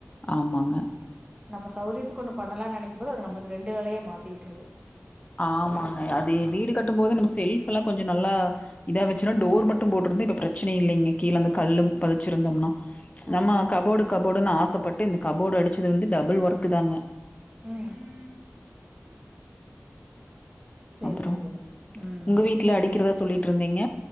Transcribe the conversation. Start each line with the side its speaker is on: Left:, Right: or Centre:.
Left: ஆமாங்க
Right: நம்ம சௌரியத்துக்கு ஒண்ணு பண்ணலானு நெனைக்கும் போது அது நம்மளுக்கு ரெண்டு வேலயா மாத்தி விட்டுருது
Left: ஆமாங்க அது வீடு கட்டும் போது நம்ம செல்ஃப் எல்லா கொஞ்ச நல்லா இதா வெச்சுன்னா டோர் மட்டும் போட்டிருந்தா இப்ப பிரச்சன இல்லைங்க கீழ அந்த கல்லும் பதச்சிருந்தோம்னா நம்ம
Right: ஓ
Left: கபோர்டு கபோர்டுன்னு ஆசப்பட்டு இந்த கபோர்டு அடிச்சதுலந்து டபுள் ஒர்க்கு தாங்க
Right: ம் சேரி
Left: அப்புறோ
Right: சேரிங்க ம்
Left: உங்க வீட்ல அடிக்கிறதா சொல்லிட்டுருந்தீங்க